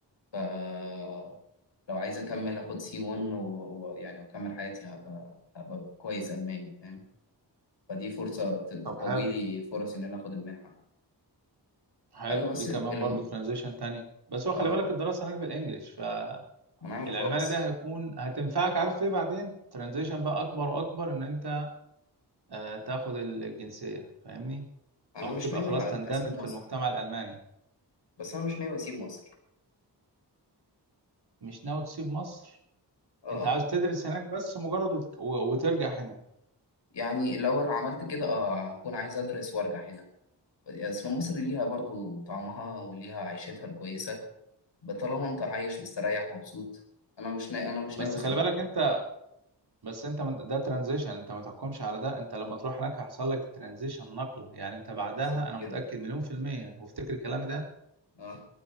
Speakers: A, on the left (about 80°); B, on the right (about 65°).
A: فلو عايز أكمل أخد C1 ويعني و... و- يعني أكمل حياتي هبقى هبقى كويس ألماني فاهم فدي فرصة ت... تقوي
B: طب حلو
A: لي فرص إن أنا أخد المنحة
B: حلو
A: حاجة بس
B: دي كمان
A: اللي
B: برضه
A: م...
B: ترانزيشن تانية بس هو خلي
A: آه آه.
B: بالك الدراسه هناك بالانجلش
A: أنا عارف
B: العلماني
A: أه بس
B: ده هيكون هتنفعك عارف ايه بعدين ترانزيشن بقى اكبر واكبر ان انت آه، تاخد الجنسية فاهمني
A: انا
B: او
A: مش
B: تبقى
A: ناوي
B: خلاص
A: اسيب
B: تندمج
A: مصر
B: في المجتمع الالماني
A: بس انا مش ناوي اسيب مصر
B: مش ناوي تسيب مصر
A: اه
B: انت عاوز تدرس هناك بس مجرد وت... و- وترجع هنا
A: يعني لو انا عملت كده اه هكون عايز ادرس وارجع هنا اصل مصر ليها برضو طعمها وليها عيشتها الكويسه طالما انت عايش مستريح مبسوط انا مش نا... انا مش
B: بس
A: ناوي اسيبها
B: خلي بالك انت بس انت من- ده ترانزيشن انت ما تحكمش على ده انت لما تروح هناك هيحصل لك ترانزيشن نقلة يعني انت بعدها
A: بالظبط
B: انا
A: كده
B: متأكد مليون في المية وافتكر كلامي ده
A: اه